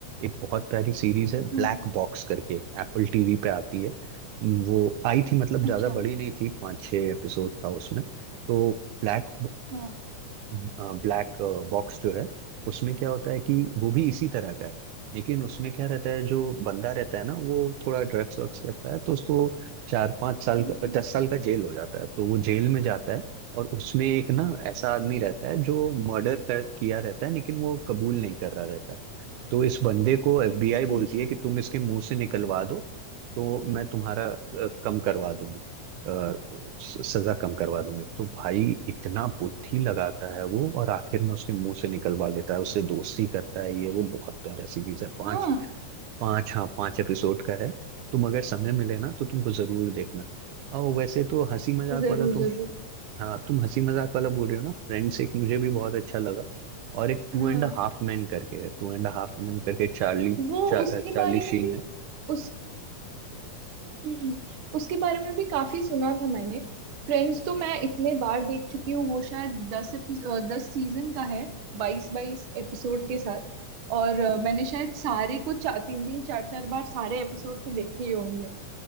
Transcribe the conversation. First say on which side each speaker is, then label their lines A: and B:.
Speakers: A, on the right; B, on the right.
A: एक बहुत प्यारी सीरीज है ब्लैक
B: हाँ
A: बॉक्स करके एप्पल टीवी पे आती है वो आई थी मतलब ज्यादा
B: अच्छा
A: बड़ी नहीं थी पांच छह एपिसोड था उसमें तो ब्लैक
B: हाँ
A: ब्लैक बॉक्स जो है उसमें क्या होता है कि वो भी इसी तरह का है लेकिन उसमें क्या रहता है जो बंदा रहता है ना वो थोड़ा ड्रग्स वग्स करता है तो उसको चार पांच साल
B: हम्म,
A: का दस साल का जेल हो जाता है तो वो जेल में जाता है और उसमें एक ना ऐसा आदमी रहता है जो मर्डर कर किया रहता है लेकिन वो कबूल नहीं कर रहा रहता है तो इस बंदे को एफबीआई बोलती
B: अच्छा
A: है कि तुम इसके मुंह से निकलवा दो तो मैं तुम्हारा अ, कम करवा दूंगी अ, स- सजा कम करवा दूंगी तो भाई इतना बुद्धि लगाता है वो और आखिर में उसके मुंह से निकलवा लेता है उससे दोस्ती करता है ये वो बहुत प्यारा सीरीज है पांच
B: हाँ
A: पांच हाँ पांच एपिसोड का है तुम अगर समय मिले ना तो तुमको जरूर देखना और वैसे तो हंसी मजाक
B: जरूर
A: वाला तुम
B: जरूर
A: हाँ तुम हंसी मजाक वाला बोल रहे हो ना फ्रेंड्स एक मुझे भी बहुत अच्छा लगा और एक टू
B: हाँ
A: एंड हाफ मैन करके है टू एंड हाफ मैन करके चार्ली
B: वो
A: चा,
B: उसके
A: चार्ली
B: बारे
A: शीन
B: में भी
A: है
B: उस हम्म, उसके बारे में भी काफी सुना था मैंने फ्रेंड्स तो मैं इतने बार देख चुकी हूँ वो शायद दस एपिस- अ, दस सीजन का है बाईस बाईस एपिसोड के साथ और अ, मैंने शायद सारे को चार तीन तीन चार चार बार सारे एपिसोड तो देखे ही होंगे